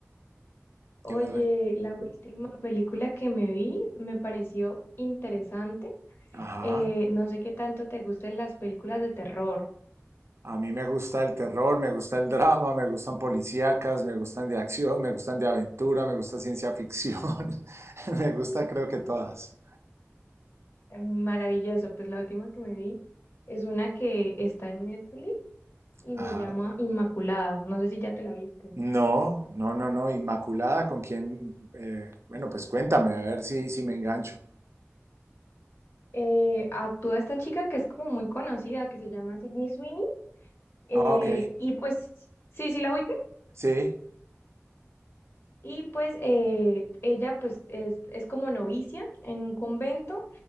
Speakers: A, on the left (about 55°); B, on the right (about 65°).
A: Oye,
B: que me re-
A: la última película que me vi me pareció interesante.
B: Ajá.
A: Eh, no sé qué tanto te gusten las películas de terror.
B: A mí me gusta el terror, me gusta el drama, me gustan policíacas, me gustan de acción, me gustan de aventura, me gusta ciencia ficción. <laughs> Me gusta creo que todas.
A: Eh, Maravilloso, pues la última que me vi es una que está en Netflix y
B: Ajá.
A: se llama Inmaculada. No sé si ya te la viste.
B: No, no, no, no. Inmaculada, con quién? eh, bueno, pues cuéntame, a ver si, si me engancho.
A: Eh, actúa esta chica que es como muy conocida, que se llama Sydney Sweeney. eh,
B: Ah, ok.
A: y pues, sí, sí la ubicas.
B: Sí.
A: Y pues eh, ella pues es, es como novicia en un convento